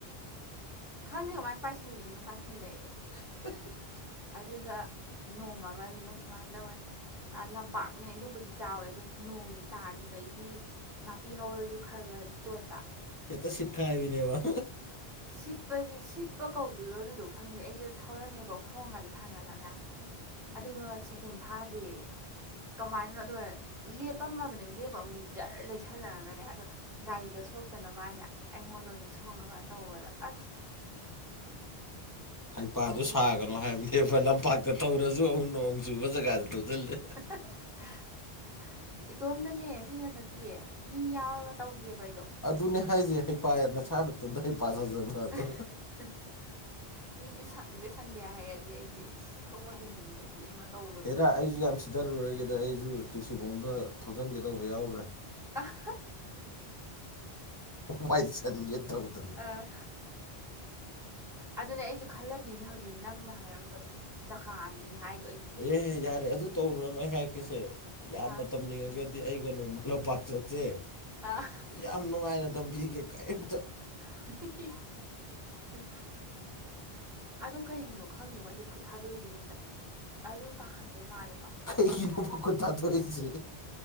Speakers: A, in the centre; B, on the left (about 20°).
A: ꯈꯪꯗꯦ ꯀꯃꯥꯏ ꯄꯥꯏꯁꯜꯂꯛꯏꯅꯣ ꯄꯥꯏꯁꯜꯂꯛꯑꯦ
B: <unintelligible>
A: ꯑꯗꯨꯒ ꯅꯣꯡꯃ ꯑꯃꯖꯤꯅ ꯁꯨꯃꯥꯏꯟ ꯇꯧꯋꯦ ꯑꯥ ꯂꯝꯄꯥꯛꯅꯦ ꯑꯗꯨꯕꯨꯗꯤ ꯆꯥꯎꯋꯦ ꯑꯗꯣ ꯅꯣꯡ ꯇꯥꯒꯤꯕꯩꯗꯤ ꯅꯥꯄꯤ ꯍꯧꯔꯖꯨ ꯈꯔ ꯒꯔꯗꯤ ꯆꯣꯠꯄ
B: ꯍꯦꯇ ꯁꯤꯠꯈꯥꯏꯕꯤꯅꯦꯕ
A: ꯁꯤꯠꯄꯖꯦ ꯁꯤꯠꯄ ꯀꯧꯗꯣꯏꯔꯣ ꯑꯗꯨꯗꯣ ꯈꯪꯗꯦ ꯑꯩꯖꯦ ꯊꯧꯔꯝꯃꯦꯀꯣ ꯈꯣꯡꯒꯥꯖꯦ ꯊꯥꯡꯒꯠꯂꯒ ꯑꯗꯨꯒ ꯁꯦꯀꯦꯟ ꯐꯥꯗꯦ ꯀꯃꯥꯏꯅꯅꯣ ꯑꯗꯣ ꯑꯥ ꯂꯦꯞꯄꯝꯃꯕꯅꯦꯕ ꯂꯦꯞꯄ ꯑꯃꯨꯛ ꯖꯔ ꯂꯩꯁꯜꯂꯛꯑꯒꯅꯦ ꯑꯗꯣ ꯒꯥꯔꯤꯗꯣ ꯁꯣꯛꯇꯅꯕ ꯍꯥꯏꯅ ꯑꯩꯉꯣꯟꯗ ꯑꯣꯏꯅ ꯁꯣꯛꯅꯕ ꯇꯧꯕꯗ ꯑꯁ
B: ꯍꯩꯄꯥꯗꯣ
A: ꯑꯎꯕ
B: ꯁꯥꯒꯅꯣ
A: ꯃꯤꯅꯗꯤ
B: ꯍꯥꯏꯕꯅꯦꯕ ꯂꯝꯄꯥꯛꯇ ꯊꯧꯔꯖꯨ ꯑꯃꯨꯛ ꯅꯣꯡ ꯆꯨꯕ ꯖꯒꯥꯗ ꯊꯧꯖꯜꯂꯦ
A: <unintelligible> ꯏꯇꯣꯝꯗꯅꯦ ꯃꯤꯅ ꯅꯠꯇꯤꯌꯦ ꯃꯤ ꯌꯥꯎꯔꯒ ꯇꯧꯗꯦꯕ ꯑꯩꯗꯣ
B: ꯑꯗꯨꯅꯦ ꯍꯥꯏꯖꯦ ꯍꯩꯄꯥ ꯌꯥꯝ ꯅꯁꯥ ꯅꯇꯣꯟꯗ ꯍꯩꯄꯥ ꯁꯥꯖꯕ ꯑꯗꯣ
A: ꯑꯥ ꯍꯥ ꯃꯤꯗꯤ ꯁꯪꯗꯦ ꯁꯪꯗꯦ ꯍꯥꯏꯌꯦ ꯑꯗꯨꯗꯤ ꯑꯩꯗꯤ ꯑꯁ ꯊꯧꯕ ꯍꯩꯅꯤꯡꯕꯩ ꯒꯤ ꯑꯃ ꯇꯧ
B: ꯍꯦꯔꯥ ꯑꯩꯖꯨ ꯌꯥꯝ ꯁꯤꯗꯔꯔꯣꯏꯒꯦꯗ ꯑꯩꯖꯨ ꯇꯨꯜꯁꯤꯕꯣꯡꯗ ꯊꯧꯖꯟꯒꯦ ꯇꯧꯕ ꯌꯥꯎꯒ꯭ꯔꯦ
A: ꯑꯥ ꯍꯥ
B: ꯋꯥꯏꯁꯟꯒꯦ ꯇꯧꯗꯅ
A: ꯑꯥ ꯑꯗꯨꯅꯦ ꯑꯩꯖꯨ ꯈꯜꯂꯝꯃꯤꯅꯦ ꯍꯧꯖꯤꯛ ꯅꯪꯅ ꯍꯥꯏꯔꯝꯕꯗꯣ ꯆꯀꯥ ꯑꯅꯤ ꯍꯥꯏ
B: ꯑꯦꯍꯦ ꯌꯥꯔꯦ ꯑꯗꯨ ꯇꯧꯔꯨꯔꯅꯨ ꯑꯩ ꯍꯥꯏꯔꯛꯀꯦꯁꯦ ꯌꯥꯝꯅ
A: ꯑꯥ
B: ꯇꯝꯅꯤꯡꯉꯒ ꯗꯤ ꯑꯩꯒ ꯅꯣꯡꯃ ꯂꯝꯄꯥꯛ ꯆꯠꯁꯦ
A: ꯑꯥ
B: ꯌꯥꯝ ꯅꯨꯡꯉꯥꯏꯅ ꯇꯝꯕꯤꯒꯦ ꯀꯩꯝꯇ
A: ꯑꯥ ꯍꯤ ꯍꯤ ꯍꯤ ꯍꯤ ꯑꯗꯣ ꯀꯩꯒꯤꯅꯣ ꯈꯪꯗꯦꯉꯣ ꯑꯩꯗꯤ ꯈꯨꯠ ꯊꯥꯗꯣꯛꯏꯗꯨ ꯍꯦꯛꯇ ꯑꯗꯨ ꯄꯥꯈꯠꯄꯩ ꯃꯥꯜꯂꯦꯀꯣ
B: ꯀꯩꯒꯤꯅꯣꯕ ꯈꯨꯠ ꯊꯥꯗꯣꯔꯛꯏꯖꯦ